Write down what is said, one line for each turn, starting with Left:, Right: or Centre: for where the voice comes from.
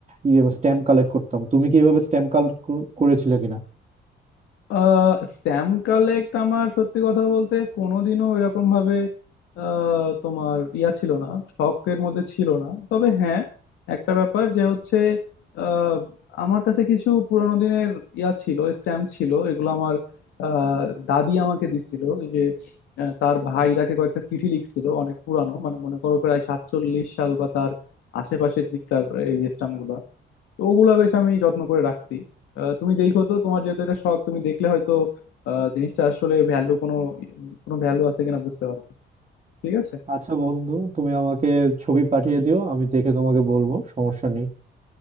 Right: ইয়ে স্ট্যাম্প কালেক্ট করতাম তুমি কি এভাবে স্ট্যাম্প কালেক্ট করেছিলে কিনা
Left: আহ স্ট্যাম্প কালেক্ট আমার সত্যি কথা বলতে কোনোদিনও এরকম ভাবে আহ, তোমার ইয়া ছিল না শখের মধ্যে ছিল না তবে হ্যাঁ একটা ব্যাপার যে হচ্ছে আহ, আমার কাছে কিছু পুরানো দিনের ইয়া ছিল স্ট্যাম্প ছিল এগুলো আমার আহ, দাদি আমাকে দিছিল এই যে আহ, তার ভাই তাকে কয়েকটা চিঠি লিখছিল অনেক পুরানো মানে মনে করো প্রায় সাতচল্লিশ সাল বা তার আশেপাশের দিককার এই স্ট্যাম্প গুলা তো ওগুলা বেশ আমি যত্ন করে রাখছি আহ, তুমি দেখো তো তোমার যেহেতু এটা শখ তুমি দেখলে হয়তো আহ, জিনিসটা আসলে ভ্যালু কোনো কোনো ভ্যালু আছে কিনা বুঝতে পারবে ঠিক আছে
Right: আচ্ছা বন্ধু তুমি আমাকে ছবি পাঠিয়ে দিও আমি দেখে তোমাকে বলবো সমস্যা নেই